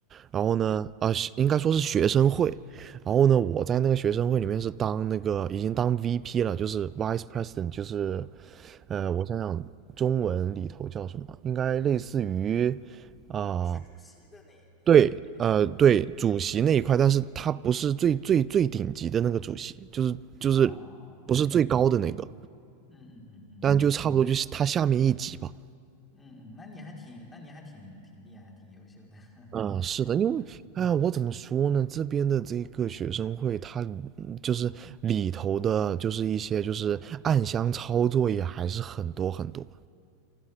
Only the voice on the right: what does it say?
然后呢，
啊、呃应该说是学生会。然后呢，我在那个学生会里面是当那个已经当 VP 了，就是 Vice President，就是呃，
我想想中文里头叫什么，应该类似于啊、
对，呃，对，主席那一块，但是他不是最最最顶级的那个主席，就是就是
不是最高的那个，
但就差不多就是他下面一级吧。
嗯，
是的，因为，
哎呀，我怎么说呢？这边的这个学生会，他就是里头的，就是一些就是暗箱操作也还是很多很多。